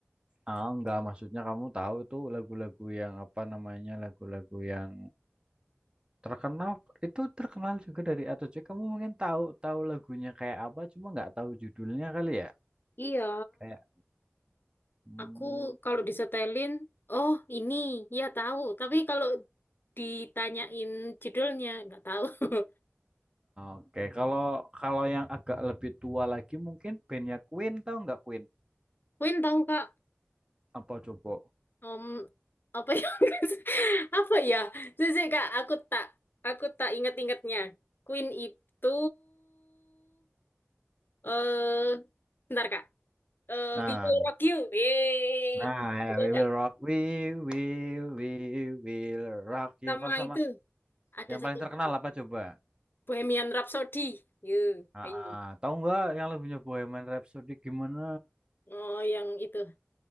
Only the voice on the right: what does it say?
Ah, enggak, maksudnya kamu tahu itu lagu-lagu yang apa namanya? Lagu-lagu yang terkenal itu terkenal juga dari A7X. Kamu mungkin tahu tahu lagunya kayak apa, cuma nggak tahu judulnya kali ya.
Kayak hmm,
Oke, Kalau kalau yang agak lebih tua lagi mungkin bandnya Queen tahu nggak Queen?
Apa coba?
Nah,
nah ya,
We
Will Rock, We Will, We Will Rock
You. Kalau sama
yang
paling terkenal
apa coba?
Ah,
ah. tahu nggak yang lagunya Bohemian Rhapsody gimana?